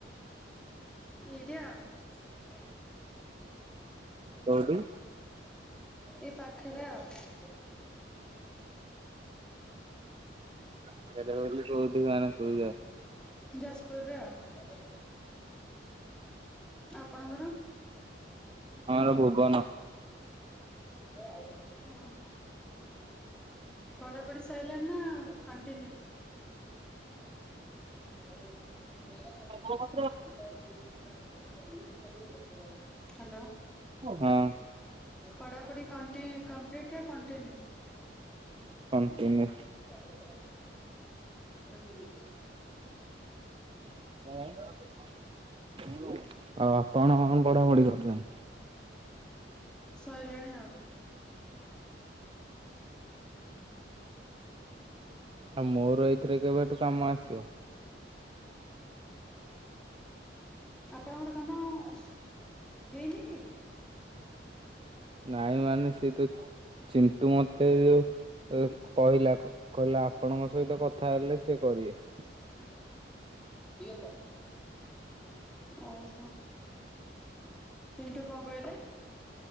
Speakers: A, in the centre; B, on the right.
A: ଏଇଠି ଆଉ
B: କୋଉଠି?
A: ଏଇ ପାଖରେ ଆଉ
B: ଏକାରେ ବୋଲି କୋଉଠି ମାନେ କୋଉ
A: ଯା ପୁରରେ ଆଉ ଆଉ ଆପଣଙ୍କର
B: ଆମର ଭୁବନ
A: ହଁ ହଁ ପଢାପଢି ସରିଲାଣି ନା କଣ୍ଟିନ୍ୟୁ <unintelligible>
B: <inaudible>
A: ହ୍ୟାଲୋ
B: ହଁ
A: ପଢାପଢି କଣ୍ଟି କମ୍ପ୍ଲିଟ୍ ନା କଣ୍ଟିନ୍ୟୁ
B: କଣ୍ଟିନ୍ୟୁ
A: ଉଁ ହୁଁ
B: ଆଉ ଆପଣ କଣ ପଢାପଢି କରୁଛନ୍ତି
A: ସଇଲାଣି ଆଉ
B: ଆଉ ମୋର ଏଇଥିରେ କେବେଠୁ କାମ ଆସିବ
A: ଆପଣଙ୍କର କାମ ସେ ହେଇନି କି
B: ନାଇଁ ମାନେ ସେ ତ ଚିଣ୍ଟୁ ମତେ ଯୋଉ କହିଲା କହିଲା ଆପଣଙ୍କ ସହିତ କଥା ହେଲେ ସେ କରିବେ
A: ଠିକ ଅଛ ଓହୋ ଚିଣ୍ଟୁ କଣ କହିଲେ